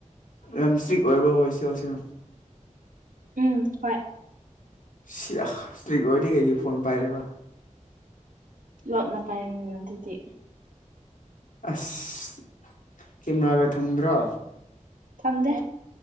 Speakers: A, on the left; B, on the right.
A: ꯌꯥꯝ ꯁꯇ꯭ꯔꯤꯛ ꯑꯣꯏꯕ꯭ꯔꯥ ꯍꯣꯏꯁꯦꯜꯁꯦ
B: ꯎꯝ ꯍꯣꯏ
A: ꯁꯤꯌꯥ ꯏꯁꯇ꯭ꯔꯤꯛ ꯑꯣꯏꯔꯗꯤ ꯀꯩꯒꯤ ꯐꯣꯟ ꯄꯥꯏꯔꯤꯕ
B: ꯂꯣꯠꯅ ꯄꯥꯏꯔꯤꯅꯤꯅ ꯑꯗꯨꯗꯤ
A: ꯑꯁ ꯀꯦꯃꯦꯔꯥꯒ ꯊꯝꯗ꯭ꯔꯣ
B: ꯊꯝꯗꯦ